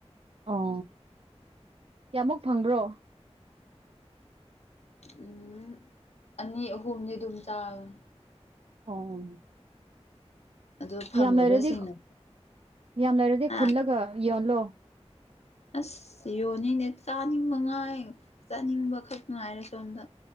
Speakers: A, on the right; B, on the left.
A: ꯑꯣ ꯀꯌꯥꯃꯨꯛ ꯐꯪꯕ꯭ꯔꯣ?
B: ꯎꯝ ꯑꯅꯤ ꯑꯍꯨꯝꯗꯤ ꯗꯨꯝ ꯆꯥꯕ꯫
A: ꯑꯣ
B: ꯑꯗꯨ ꯐꯪꯗꯕꯁꯤꯡꯅ
A: ꯌꯥꯝ ꯂꯩꯔꯗꯤ ꯌꯥꯝ ꯂꯩꯔꯗꯤ
B: ꯍꯥ
A: ꯈꯨꯜꯂꯒ ꯌꯣꯜꯂꯣ꯫
B: ꯑꯁ ꯌꯣꯟꯅꯤꯅꯦ ꯆꯥꯅꯤꯡꯕ ꯉꯥꯏ ꯆꯥꯅꯤꯡꯕꯈꯛ ꯉꯥꯏꯔꯀꯥꯟꯗ꯫